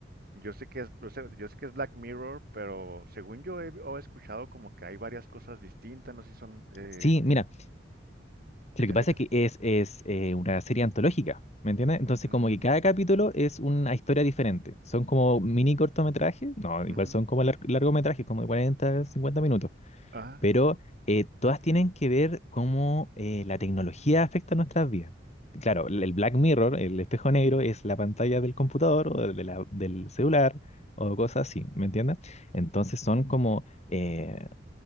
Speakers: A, on the right; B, on the left.
A: yo sé que es, o sea, yo sé que es Black Mirror, pero según yo he, o he escuchado como que hay varias cosas distintas, no sé si son, eh,
B: Sí, mira, lo
A: échale,
B: que pasa
A: échale.
B: es que es, es eh, una serie antológica, ¿me entiendes? Entonces
A: Mm,
B: como que cada capítulo es una historia diferente. Son como mini cortometrajes. No,
A: ujú.
B: igual son como lar- largometrajes, como de 40, 50 minutos.
A: Ah,
B: pero eh, todas tienen que ver cómo eh, la tecnología afecta nuestras vidas. Claro, el el Black Mirror, el espejo negro, es la pantalla del computador o de la- del celular o
A: ujú,
B: cosas así, ¿me entiendes? Entonces son como eh,